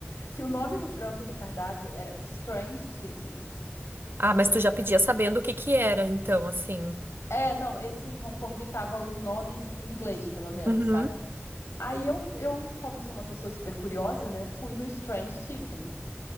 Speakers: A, on the left; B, on the right.
A: que o nome do frango no cardápio era Strange Chicken.
B: Ah, mas tu já pedia sabendo o que que era, então, assim.
A: É, não, esse em Hong Kong tava os nomes em inglês, pelo menos,
B: Uhum.
A: sabe? Aí eu, eu como sou uma pessoa super curiosa, né, fui no Strange Chicken,